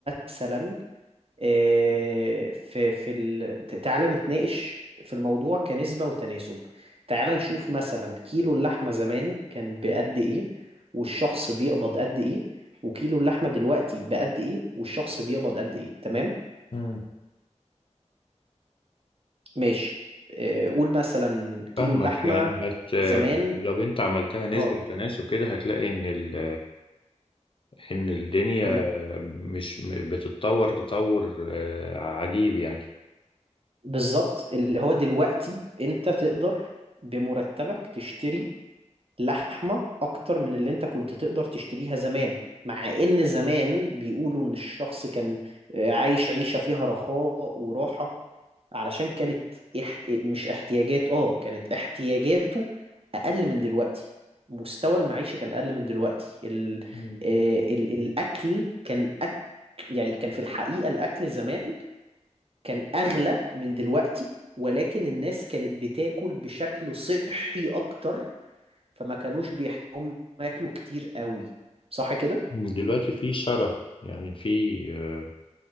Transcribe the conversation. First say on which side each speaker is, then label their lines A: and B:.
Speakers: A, on the right (about 50°); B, on the left (about 45°).
A: مثلا آه، في في ال... تعالى نتناقش في الموضوع كنسبة وتناسب تعالى نشوف مثلا كيلو اللحمة زمان كان بقد ايه والشخص بيقبض قد ايه وكيلو اللحمة دلوقتي بقد ايه والشخص بيقبض قد ايه تمام
B: مم.
A: ماشي آه، قول مثلا كيلو
B: فاهمك
A: اللحمة
B: يعني هت
A: زمان
B: لو انت عملتها نسبة
A: اه
B: وتناسب كده هتلاقي ان ال... ان الدنيا
A: مم.
B: مش بتتطور تطور آه، عجيب يعني
A: بالظبط اللي هو دلوقتي انت تقدر بمرتبك تشتري لحمة اكتر من اللي انت كنت تقدر تشتريها زمان مع ان زمان بيقولوا ان الشخص كان آه، عايش عيشة فيها رخاء وراحة علشان كانت احت... مش احتياجات اه كانت احتياجاته اقل من دلوقتي مستوى المعيشة كان اقل من دلوقتي ال...
B: مم.
A: آه، ال... الاكل كان أك... يعني كان في الحقيقة الاكل زمان كان اغلى من دلوقتي ولكن الناس كانت بتاكل بشكل صحي اكتر فما كانوش بيحتاجوا ياكلوا كتير قوي صح كده
B: دلوقتي في شره يعني في آه،